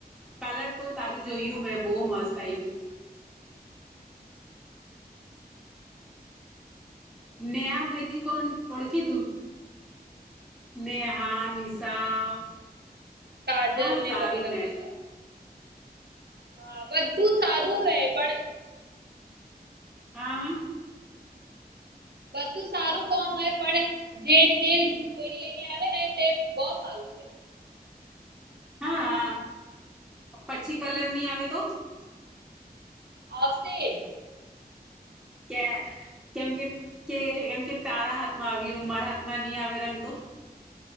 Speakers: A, in the centre; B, on the right (about 85°).
A: કલર તો તારું જોયું મે બહુ મસ્ત આયવુ. નેહા મેંહદી કોણ ઓળખી તું? નેહા, નિશા.
B: કાજલ
A: હા
B: ને
A: સારું
B: વગેરા વગેરા હા બધું સારું હે પણ
A: હાં
B: બધું સારું કોન હોય પણ જે તેલ કોયડી લઈને આવે ને તે બૌ સારું છે.
A: હા, આં પછી કલર ની આવે તો?
B: આવશેે જ.
A: કે કેમ કે કે એમકે તારા હાથમાં આવ્યું મારા હાથમાં ની આવે રંગ તો.